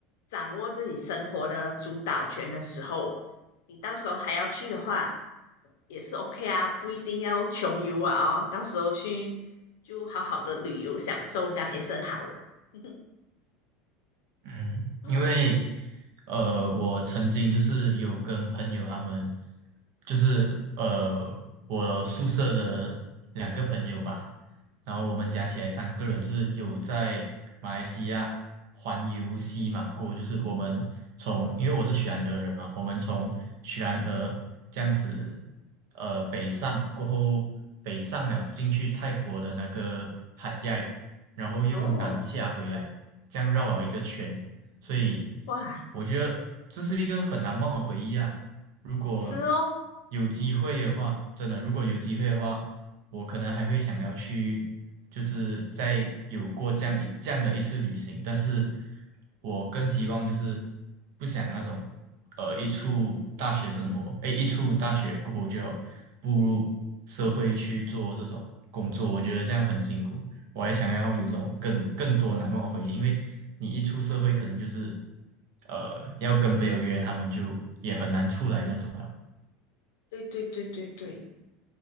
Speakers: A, on the left; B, on the right.
A: 掌握自己生活的主导权的时候，你到时候还要去的话，也是 OK 啊，不一定要穷游啊哦，到时候去就好好的旅游享受，这样也是很好的。<laughs>
B: 嗯，
A: 嗯
B: 因为呃，我曾经就是有跟朋友他们，就是呃，我宿舍的两个朋友吧，然后我们加起来三个人，
A: 嗯，
B: 就是有在马来西亚环游西马过，就是我们从，因为我是雪兰莪人嘛，我们从雪兰莪这样子呃北上过后，北上了进去泰国的那个海亚，然后又南下回来，
A: 哦，
B: 这样绕了一个圈。所以
A: 哇，
B: 我觉得这是一个很难忘的回忆啊。如果
A: 是哦。
B: 有机会的话，真的，如果有机会的话，我可能还会想要去，就是再有过这样一这样的一次旅行，但是我更希望就是不想那种，呃，一出大学生活，哎，一出大学过后就要步入社会去做这种工作，我觉得这样很辛苦。我还想要有这种更更多难忘的回忆，因为你一出社会，可能就是呃要跟朋友约，他们就也很难出来那种了。
A: 嗯，对对对对对，